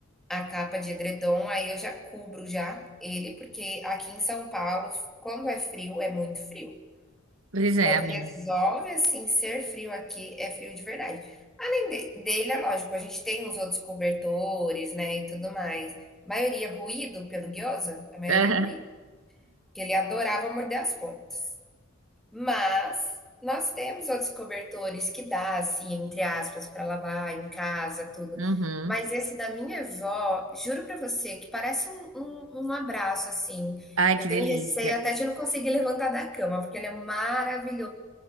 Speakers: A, in the centre; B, on the right.
A: a capa de edredom, aí eu já cubro já ele, porque aqui em São Paulo, quando é frio, é muito frio.
B: Pois é,
A: Quando
B: amigo.
A: resolve, assim, ser frio aqui, é frio de verdade. Além de- dele, é lógico, a gente tem uns outros cobertores, né, e tudo mais. Maioria ruído pelo Gyoza, a maioria
B: <laughs>
A: é ruído, porque ele adorava morder as pontas. Mas nós temos outros cobertores que dá, assim, entre aspas, para lavar em casa, tudo.
B: Uhum.
A: Mas esse da minha avó, juro para você, que parece um, um, um abraço, assim.
B: Ai,
A: Eu
B: que
A: tenho
B: delícia.
A: receio até de não conseguir levantar da cama, porque ele é maravilhoso